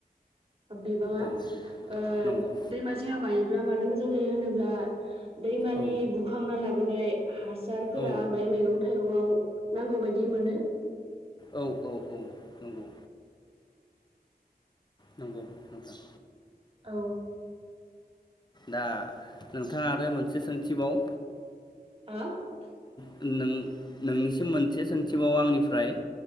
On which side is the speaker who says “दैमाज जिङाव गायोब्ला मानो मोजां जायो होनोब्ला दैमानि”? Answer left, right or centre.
Right